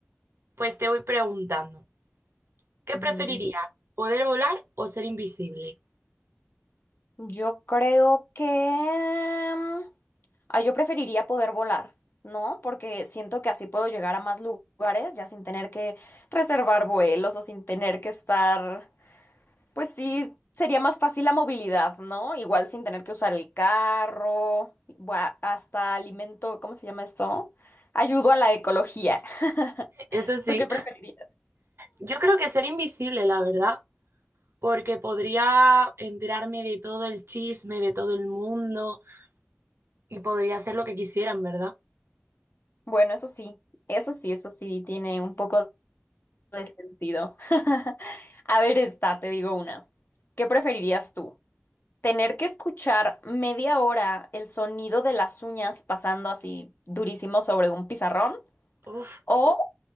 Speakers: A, on the right (about 80°); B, on the left (about 60°).
A: pues te voy preguntando. ¿Qué preferirías?
B: Dime, dime.
A: ¿Poder volar o ser invisible?
B: Yo creo que... mm, Ah, yo preferiría poder volar, ¿no? Porque siento que así puedo llegar a más lugares ya sin tener que reservar vuelos o sin tener que estar... Pues sí, sería más fácil la movilidad, ¿no? Igual sin tener que usar el carro, bua- hasta alimento, ¿cómo se llama esto? Ayudo a la ecología.
A: Eso
B: <laughs>
A: sí,
B: ¿Tú qué preferirías?
A: yo creo que ser invisible, la verdad, porque podría enterarme de todo el chisme, de todo el mundo y podría hacer lo que quisieran, ¿verdad?
B: Bueno, eso sí, eso sí, eso sí tiene un poco de sentido. <laughs> A ver, esta, te digo una. ¿Qué preferirías tú? ¿Tener que escuchar media hora el sonido de las uñas pasando así durísimo sobre un pizarrón?
A: Uf,
B: ¿O